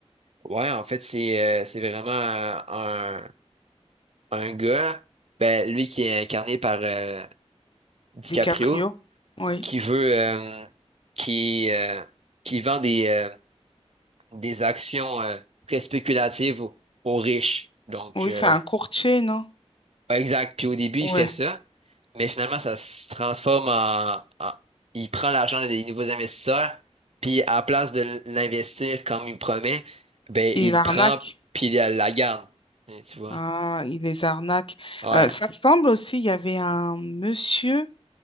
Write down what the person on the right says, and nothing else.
Ouais, en fait, c'est euh, c'est vraiment euh, un, un gars, ben, lui qui est incarné par euh, DiCaprio,
qui veut, euh, qui, euh, qui vend des, euh, des actions euh, très spéculatives aux, aux riches. Donc,
euh,
ouais, exact. Puis au début,
il fait ça, mais finalement, ça se transforme en, en- il prend l'argent des nouveaux investisseurs, puis à la place de l'investir comme il promet, ben
il
le prend puis il la la garde. Tu tu vois.
Ouais,